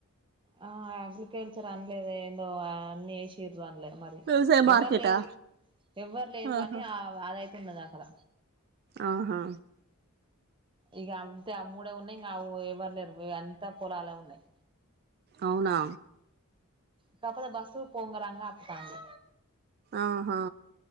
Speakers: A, on the right; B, on the right.
A: ఆ అగ్రికల్చర్ అన్లేదు ఏందో అన్ని ఏసిరు అన్లే మరి
B: వ్యవసాయ మార్కెటా
A: ఎవ్వరు లేరు ఎవ్వరు లేరు
B: ఆహా
A: గానీ ఆవ్ అదైతే ఉన్నది అక్కడ
B: ఆహా
A: ఇగ అంతే ఆ మూడే ఉన్నయ్ ఇంగవ్ ఎవరు లేరు అంత పొలాలే ఉన్నయ్
B: అవునా
A: కాపోతే బస్సు పోంగ రాంగ ఆపుతాండు
B: ఆహా